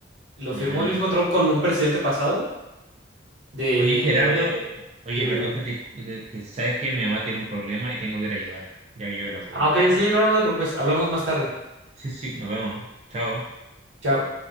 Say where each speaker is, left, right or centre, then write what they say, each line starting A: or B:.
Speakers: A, on the right; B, on the right.
A: Lo
B: ah.
A: firmó el mismo Trump con un presidente pasado de...
B: Oye, Gerardo, oye,
A: Dime,
B: perdón
A: dime.
B: que te, que, que sabes que mi mamá tiene un problema y tengo que ir a ayudarla, ya que yo la cuido.
A: Ah, ok, sí, no, no te preocupes, hablamos más tarde.
B: Sí, sí, nos vemos. Chao.
A: Chao.